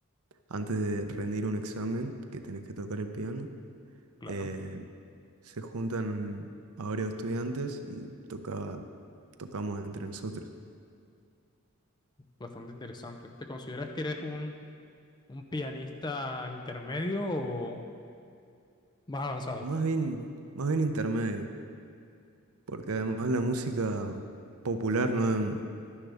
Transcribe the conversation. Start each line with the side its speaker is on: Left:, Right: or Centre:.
Right: antes de rendir un examen, que tenés que tocar el piano.
Left: claro,
Right: eh, se juntan a varios estudiantes y toca, tocamos entre nosotros.
Left: bastante interesante. ¿Te consideras que eres un, un pianista intermedio o más avanzado?
Right: Más bien, más bien intermedio, porque además la música popular no,